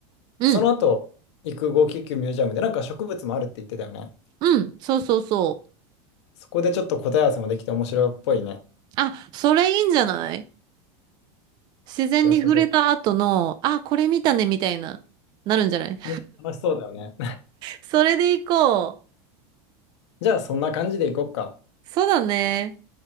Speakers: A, on the right; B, on the left.
A: うん、
B: その後行く599ミュージアムでなんか植物もあるって言ってたよね。
A: うん、そうそうそう。
B: そこでちょっと答え合わせもできて面白いっぽいね。
A: あ、それいいんじゃない自然に触れた後の、
B: じゃあ、そ
A: あ、これ見たね、みたいな、なるんじゃない
B: う。ね楽しそうだよね。
A: それで行こ
B: <laughs> じゃあ、そんな感じで行こっか。
A: う。そうだね。